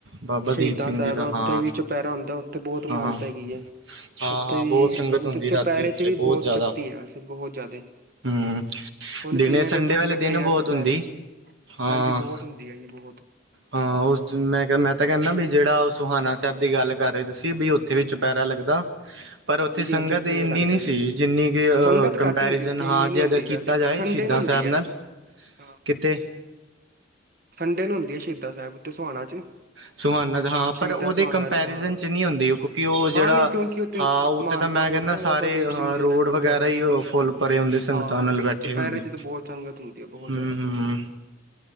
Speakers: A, on the right; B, on the right.
A: ਬਾਬਾ
B: ਸ਼ਹੀਦਾਂ
A: ਦੀਪ ਸਿੰਘ,
B: ਸਾਹਿਬ
A: ਜੀ ਦਾ
B: ਹੈ ਉੱਥੇ
A: ਹਾਂ।
B: ਵੀ ਚੁਪਹਿਰਾ ਹੁੰਦਾ ਉੱਥੇ ਬਹੁਤ
A: ਹਾਂ।
B: ਮਾਨਤਾ
A: ਹਾਂ-
B: ਹੈਗੀ ਹੈ
A: ਹਾਂ।
B: ਉੱਥੇ ਵੀ
A: ਬਹੁਤ ਸੰਗਤ
B: ਮਤਲਬ
A: ਹੁੰਦੀ,
B: ਚੁਪਹਿਰੇ
A: ਰਾਤੀ ਉੱਥੇ।
B: ਚ ਵੀ
A: ਬਹੁਤ ਜ਼ਿਆਦਾ।
B: ਸ਼ਕਤੀ ਹੈ ਵੈਸੇ ਬਹੁਤ ਜ਼ਿਆਦਾ
A: ਹੂੰ।
B: ਹੁਣ
A: ਦਿਨੇ
B: ਕਈਆਂ ਦੇ
A: ਸੰਡੇ,
B: ਦੁੱਖ
A: ਵਾਲੇ
B: ਕੱਟੇ
A: ਦਿਨ,
B: ਆ
A: ਬਹੁਤ
B: ਚੁਪਹਿਰੇ
A: ਹੁੰਦੀ।
B: ਚ
A: ਹਾਂ।
B: ਹਾਂਜੀ ਬਹੁਤ ਹੁੰਦੀ ਹੈ ਜੀ ਬਹੁਤ
A: ਹਾਂ, ਉਸ ਮੈਂ, ਮੈਂ ਤਾਂ ਕਹਿੰਦਾ ਵੀ, ਜਿਹੜਾ ਸੁਹਾਾਨਾ ਸਾਹਿਬ ਦੀ, ਗੱਲ ਕਰ ਰਹੇ ਤੁਸੀ, ਵੀ। ਤੇ ਵਿੱਚ ਚੋਪਹਰਾ ਲੱਗਦਾ। ਪਰ ਉੱਥੇ,
B: ਹਾਂਜੀ
A: ਸੰਗਤ
B: ਹਾਂਜੀ ਉੱਥੇ
A: ਇੰਨੀ
B: ਵੀ ਲੱਗਦਾ
A: ਨਹੀਂ
B: ਜੀ
A: ਸੀ। ਜਿੰਨੀ ਕਿ
B: ਸੰਗਤ
A: ਕੰਪੈਰੀਜ਼ਨ
B: ਘੱਟ ਹੁੰਦੀ ਉੱਥੇ ਇੰਨੀ
A: ਹਾਂ। ਜੇ
B: ਨੀ ਹੁੰਦੀ
A: ਅਗਰ।
B: ਵੈਸੇ
A: ਕਿਤਾ ਜਾਏ,
B: ਸੰਡੇ
A: ਸ਼ਹੀਦਾਂ
B: ਨੂੰ ਹੁੰਦੀ
A: ਸਾਹਿਬ
B: ਹੈ
A: ਨਾਲ।
B: ਹਾਂ।
A: ਕਿਥੇ?
B: ਸੰਡੇ ਨੂੰ ਹੁੰਦੀ ਐ ਸ਼ਹੀਦਾਂ ਸਾਹਿਬ, ਉੱਥੇ ਸੋਹਣਾ ਚ
A: ਸੁਹਾਨਾ ਚ ਹਾਂ
B: ਸ਼ਹੀਦਾਂ
A: ਪਰ ਉਹਦੇ
B: ਸੋਹਾਣਾ
A: ਕੰਪੈਰੀਜ਼ਨ
B: ਹਾਂ
A: ਚ ਨਹੀਂ ਹੁੰਦੀ ਉਹ ਕਿਉਂਕਿ ਉਹ ਜਿਹੜਾ
B: ਹਾਂ ਨਹੀਂ ਕਿਉਂਕਿ ਉੱਥੇ
A: ਹਾਂ ਉੱਥੇ
B: ਮਹਾਨਤਾ
A: ਤਾਂ ਮੈਂ
B: ਬਹੁਤ
A: ਕਹਿੰਦਾ
B: ਹੈ ਨਾ ਬਾਬਾ
A: ਸਾਰੇ
B: ਦੀਪ
A: ਹਾਂ
B: ਸਿੰਘ ਜੀ
A: ਰੋਡ
B: ਵਾਲੇ ਗੁਰਦੁਆਰੇ
A: ਵਗੈਰਾ ਹੀ ਫੁੱਲ ਭਰੇ ਹੁੰਦੇ ਸੰਗਤਾਂ
B: ਹਾਂ
A: ਨਾਲ
B: ਜੀ
A: ਬੈਠੇ
B: ਚੁਪਹਿਰੇ
A: ਇਕੱਠੇ ਹੁੰਦੀ,
B: ਚ ਤਾਂ ਬਹੁਤ ਸੰਗਤ ਹੁੰਦੀ ਹੈ ਬਹੁਤ
A: ਹੁੰ-ਹੁੰ।
B: ਜ਼ਿਆਦਾ